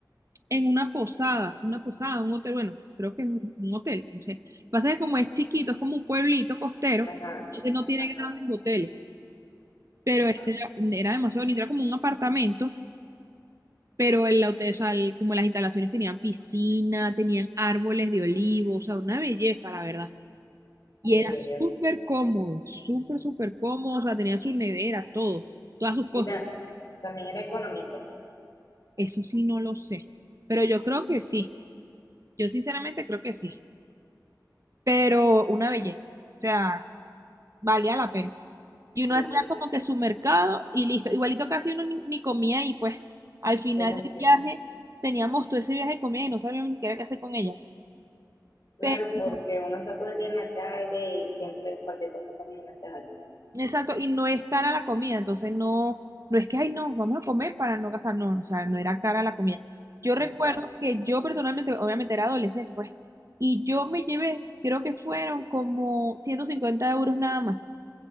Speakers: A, on the right; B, on the left.
A: en una posada, una posada, un hotel, bueno, creo que es un, un hotel, no sé. Lo que pasa es que como es chiquito, es como un pueblito costero,
B: Ajá,
A: entonces no tiene
B: ajá,
A: grandes hoteles, pero
B: ajá.
A: este era, era demasiado bonito, era como un apartamento, pero el hotel, o sea, el- como las instalaciones tenían piscina, tenían árboles de olivo, o sea, una belleza, la verdad. Y
B: Qué
A: era
B: bello.
A: súper cómodo, súper, súper cómodo, o sea, tenía sus neveras, todo, todas sus cosas.
B: Y ta- también era económico.
A: Eso sí no lo sé, pero yo creo que sí. Yo sinceramente creo que sí, pero una belleza, o sea, valía la pena. Y
B: Sí,
A: uno hacía
B: sí,
A: como que su mercado y listo. Igualito casi uno ni, ni comía y pues al final
B: es así.
A: del viaje teníamos todo ese viaje de comida y no sabíamos ni siquiera qué hacer con ella.
B: Claro,
A: Pero
B: porque uno está todo el día en la calle y siempre cualquier cosa comes en la calle.
A: Exacto, y no es cara la comida, entonces no, no es que, ay, no, vamos a comer para no gastar, no, o sea, no era cara la comida. Yo recuerdo
B: O sea,
A: que yo personalmente, obviamente era adolescente, pues, y yo me llevé, creo que fueron como 150 euros nada más,